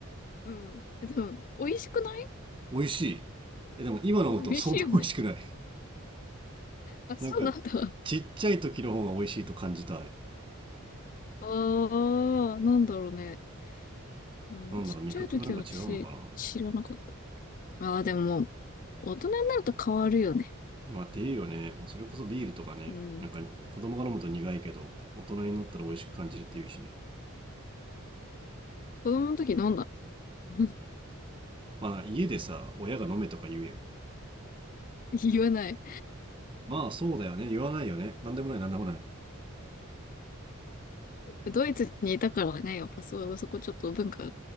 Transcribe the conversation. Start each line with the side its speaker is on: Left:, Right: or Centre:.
Left: うん。えでも、美味しくない
Right: 美味しい。え、でも今飲むとそんな美味しくない。
Left: 美味しいよね。あ、そうなんだ。
Right: なんか、ちっちゃい時の方が美味しいと感じた、あれ。
Left: ああ、なんだろうね。でも、
Right: なんだろう、
Left: ちっちゃい時は私、
Right: 味覚がなんか違うのかな。
Left: 知らなかった。ああ、でも、大人になると変わるよね。
Right: まあ、っていうよね。まあ、それこそビールとかね、
Left: うん。
Right: なんか子供が飲むと苦いけど、大人になったら美味しく感じるっていうしね。
Left: 子供の時飲んだ。<laughs>
Right: まあ、家でさ、親が飲めとか言うやん。
Left: 言わない。
Right: まあ、そうだよね。言わないよね。なんでもない、なんでもない。
Left: ドイツにいたからね、やっぱそう、そこちょっと文化違う